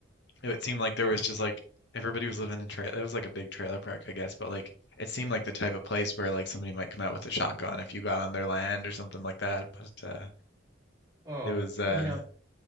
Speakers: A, on the left; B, on the right.
A: It seemed like there was just like everybody was living in trailer. It was like a big trailer park, I guess, but like it seemed like the type of place where like somebody might come out with a shotgun if you got on their land or something like that. But uh,
B: Oh,
A: it was uh
B: you know,